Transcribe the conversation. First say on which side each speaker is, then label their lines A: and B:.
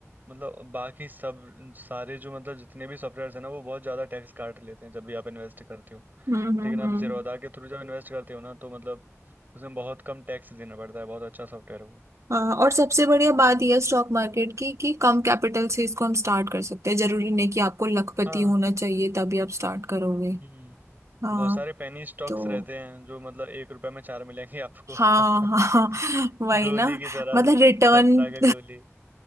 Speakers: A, on the right; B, on the right.
A: मतलब बाकी सब सारे जो मतलब जितने भी सॉफ्टवेयर हैं ना वो बहुत ज़्यादा टैक्स काट लेते हैं जब भी आप इन्वेस्ट करते हो
B: हम्म
A: लेकिन
B: हम्म
A: आप जीरोधा के थ्रू जब इन्वेस्ट करते हो ना तो मतलब उसमें बहुत कम टैक्स देना पड़ता है बहुत अच्छा सॉफ्टवेयर है वो
B: हाँ, और सबसे बढ़िया बात यह है स्टॉक मार्केट की कि कम कैपिटल से इसको हम स्टार्ट कर सकते हैं जरूरी नहीं कि आपको लखपति
A: हाँ
B: होना चाहिए तभी आप स्टार्ट करोगे
A: हम्म
B: हाँ
A: बहुत सारे पेनी स्टॉक्स
B: तो
A: रहते हैं जो मतलब एक रुपए में चार मिलेंगे आपको
B: हाँ
A: <laughs>
B: हाँ <laughs> वही
A: गोली
B: ना
A: की तरह
B: मतलब रिटर्न
A: संतरा के गोली